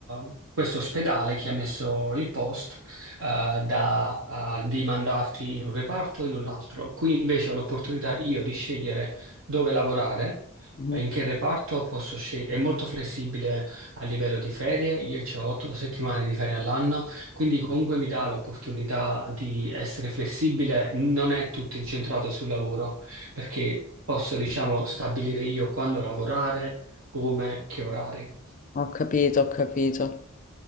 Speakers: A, on the right; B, on the left.
A: eh, questo ospedale che ha messo il post, eh, da, eh, di mandarti in un reparto o in un altro. Qui invece ho l'opportunità io di scegliere dove lavorare.
B: mhm,
A: eh, In che reparto posso scegliere? È molto flessibile a livello di ferie, io ho otto settimane di ferie all'anno, quindi comunque mi dà l'opportunità di essere flessibile, non è tutto incentrato sul lavoro perché posso, diciamo, stabilire io quando lavorare, come, che orari.
B: ho capito, ho capito.